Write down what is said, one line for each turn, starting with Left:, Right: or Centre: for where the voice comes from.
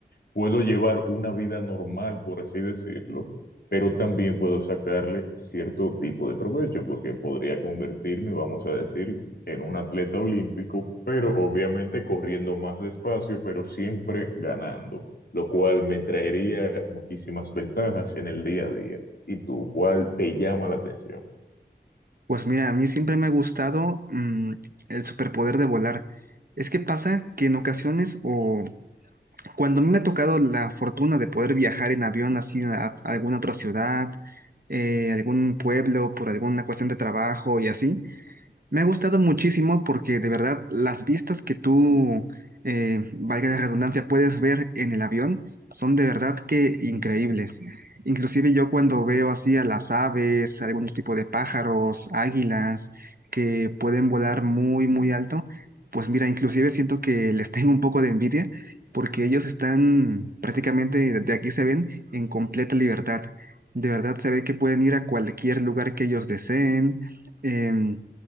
Left: puedo llevar una vida normal, por así decirlo, pero también puedo sacarle cierto tipo de provecho, porque podría convertirme, vamos a decir, en un atleta olímpico, pero obviamente corriendo más despacio, pero siempre ganando, lo cual me traería muchísimas ventajas en el día a día. ¿Y tú, cuál te llama la atención?
Right: Pues mira, a mí siempre me ha gustado mm, el superpoder de volar. Es que pasa que en ocasiones o cuando a mí me ha tocado la fortuna de poder viajar en avión así a, a alguna otra ciudad, eh, algún pueblo, por alguna cuestión de trabajo y así. Me ha gustado muchísimo porque de verdad las vistas que tú, eh, valga la redundancia, puedes ver en el avión son de verdad que increíbles. Inclusive yo cuando veo así a las aves, algún tipo de pájaros, águilas que pueden volar muy, muy alto, pues mira, inclusive siento que les <laughs> tengo un poco de envidia porque ellos están prácticamente, de aquí se ven, en completa libertad. De verdad se ve que pueden ir a cualquier lugar que ellos deseen. em,